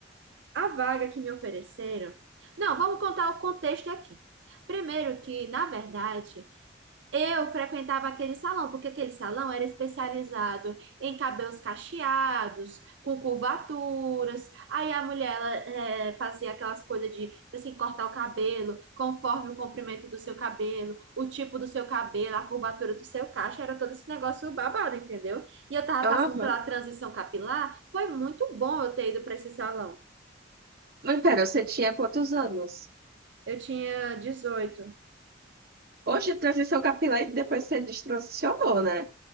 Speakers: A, on the right; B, on the right.
A: A vaga que me ofereceram. Não, vamos contar o contexto aqui. Primeiro que, na verdade, Eu frequentava aquele salão, porque aquele salão era especializado em cabelos cacheados, com curvaturas. Aí a mulher, ela, eh, fazia aquelas coisas de, tipo assim, cortar o cabelo conforme o comprimento do seu cabelo, o tipo do seu cabelo, a curvatura do seu cacho. Era todo esse negócio babado, entendeu? E eu tava
B: Aham.
A: passando pela transição capilar. Foi muito bom eu ter ido para esse salão.
B: Mas pera, você tinha quantos anos?
A: Eu tinha dezoito.
B: Hoje, transição capilar e depois você destransicionou, né?